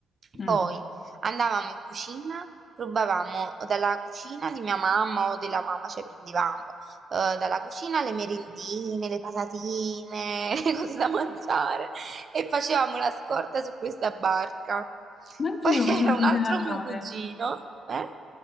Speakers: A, on the left; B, on the right.
A: mm.
B: poi andavamo in cucina, rubavamo dalla cucina di mia mamma o della mamma, cioè prendevamo eh, dalla cucina le merendine, le patatine, <laughs> le cose da mangiare e facevamo la scorta su questa barca.
A: Anch'io
B: Poi <laughs> c'era
A: facevo il
B: un
A: giro
B: altro
A: della nave.
B: mio cugino, eh?